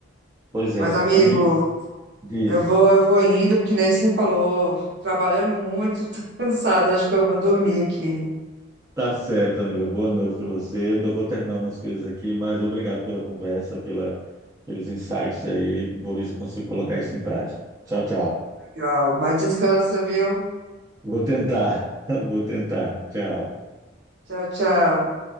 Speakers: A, on the right; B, on the right.
A: pois é,
B: Mas, amigo,
A: amigo, diz,
B: eu vou, eu vou indo, porque nem você falou, trabalhando muito, <laughs> tô cansada, acho que eu vou dormir aqui.
A: tá certo, amiga, boa noite para você. Eu ainda vou terminar umas coisas aqui, mas obrigado pela conversa, pela, pelos insights aí. Vou ver se eu consigo colocar isso em prática. Tchau, tchau.
B: Legal. Mas descansa, viu?
A: Vou tentar, <laughs> vou tentar. Tchau.
B: Tchau, tchau.